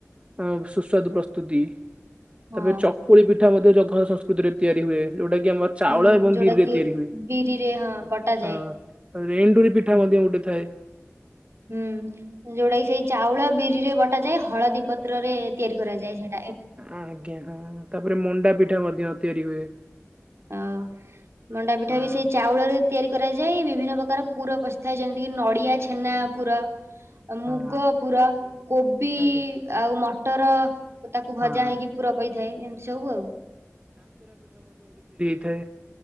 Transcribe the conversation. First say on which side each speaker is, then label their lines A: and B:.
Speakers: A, on the right; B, on the right.
A: ‌ହଁ ସୁସ୍ୱାଦୁ ପ୍ରସ୍ତୁତି
B: ହଁ
A: ତାପରେ ଚକୁଳି ପିଠା ମଧ୍ୟ ଜଗନ୍ନାଥ ସଂସ୍କୃତିରେ ତିଆରି ହୁଏ। ଯୋଉଟା କି ଆମର ଚାଉଳ
B: ହୁଁ
A: ଏବଂ
B: ଯୋଉଟା
A: ବିରିରେ
B: କି
A: ତିଆରି ହୁଏ‌।
B: ବିରିରେ ହଁ ବଟାଯାଏ।
A: ହଁ। ତାପରେ ଏଣ୍ଡୁରି ପିଠା
B: ହୁଁ।
A: ମଧ୍ୟ ଗୋଟେ ଥାଏ।
B: ହୁଁ ଯୋଉଟା କି ସେଇ ଚାଉଳ ବିରିରେ ବଟାଯାଏ ହଳଦୀ ପତ୍ର ରେ ତିଆରି କରାଯାଏ ସେଟା
A: ଆଜ୍ଞା ହଁ ତାପରେ ମଣ୍ଡା ପିଠା ମଧ୍ୟ ତିଆରି ହୁଏ।
B: ହଁ ମଣ୍ଡା ପିଠା
A: ହଁ।
B: ବି ସେଇ ଚାଉଳରେ ତିଆରି <unintelligible> କରାଯାଏ ବିଭିନ୍ନ ପ୍ରକାର ପୁର ପସିଥାଏ ଯେମିତିକି ନଡ଼ିଆ ଛେନା ପୁର।
A: ହଁ
B: ମୁଗ ପୁର କୋବି
A: ଆଜ୍ଞା
B: ଆଉ ମଟର ତାକୁ
A: ହଁ
B: ଭଜା ହେଇକି ପୁର ପ‌ଇଥାଏ ଏମିତି ସବୁ ଆଉ।
A: ତେ